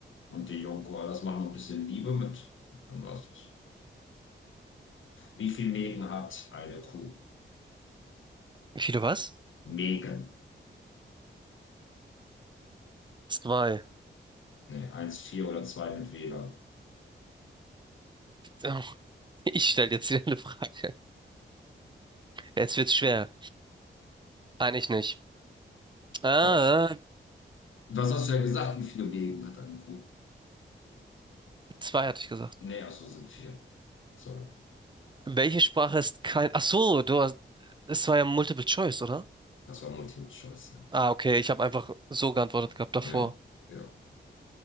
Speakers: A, on the left; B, on the right.
A: und die jungen Koalas machen noch ein bisschen Liebe mit. Dann war's das. Wie viel Mägen hat eine Kuh?
B: Wie viele was?
A: Megen.
B: Zwei.
A: Nee, vier oder 2 mit Wähler.
B: Oh, <laughs> ich stelle jetzt wieder eine Frage. Jetzt wird's schwer. Eigentlich nicht. Ah,
A: Wa- Was hast du ja gesagt? Wie viele Mägen hat eine Kuh?
B: zwei hatte ich gesagt.
A: Nee, ach so, sind vier. Sorry.
B: Welche Sprache ist kein... Ach so, du hast... Es war ja Multiple Choice, oder?
A: Das war Multiple Choice, ja.
B: Ah, okay, ich habe einfach so geantwortet gehabt davor.
A: Ja, ja.